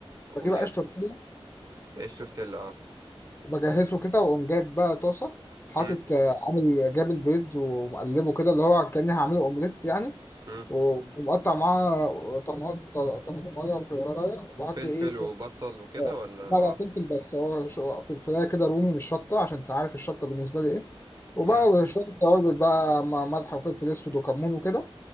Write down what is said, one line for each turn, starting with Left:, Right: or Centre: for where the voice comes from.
Right: قول
Left: بجيب عيش
Right: يلا
Left: تورتيلا
Right: عيش تورتيلا اه
Left: وبجهزه كده واقوم جايب بقى طاسه حاطط
Right: مم.
Left: آه، عامل جاب البيض ومقلبه كده اللي هو كاني هعمله اومليت يعني
Right: مم.
Left: و- ومقطع معاه طماطم طماطم ميه وخيارية وبحط
Right: وفلفل
Left: ايه
Right: وبصل وكده
Left: اه
Right: ولا
Left: بقى
Right: اه
Left: فلفل بس هو شو- فلفلايه كده رومي مش شطه عشان انت عارف الشطه بالنسبه لي ايه وبقى
Right: مم.
Left: شويه توابل بقى مع ملح وفلفل اسود وكمون وكده